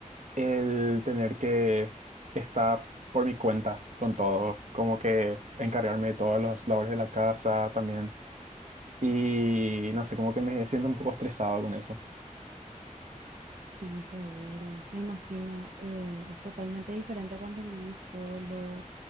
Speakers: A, on the right; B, on the right.
A: el tener que estar por mi cuenta con todo, como que encargarme de todas las labores de la casa también y no sé, como que me siento un poco estresado con eso.
B: Sí, seguro. Me imagino, eh, es totalmente diferente cuando vivís solo.